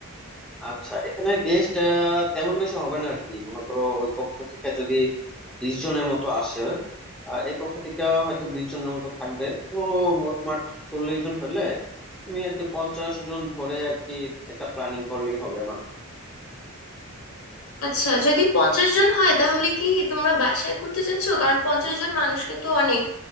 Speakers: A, in the centre; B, on the left.
A: আচ্ছা এখানে গেস্ট তেমন বেশি হবে না আর কি মনে করো ওই পক্ষ থেকে যদি বিশ জনের মতো আসে আর এই পক্ষ থেকে হয়তো বিশ জনের মতো থাকবে তো মোটমাট চল্লিশ জন হইলে তুমি আর কি পঞ্চাশ জন ধরে আর কি এটা প্ল্যানিং করলেই হবে আমার
B: আচ্ছা যদি পঞ্চাশ জন হয় তাহলে কি তোমরা বাসায় করতে চাচ্ছ কারণ পঞ্চাশ জন মানুষ কিন্তু অনেক